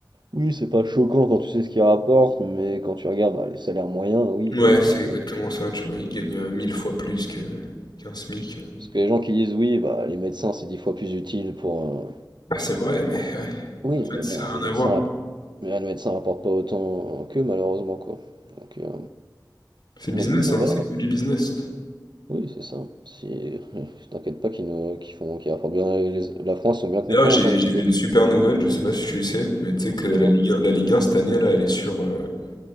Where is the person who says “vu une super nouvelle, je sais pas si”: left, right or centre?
Left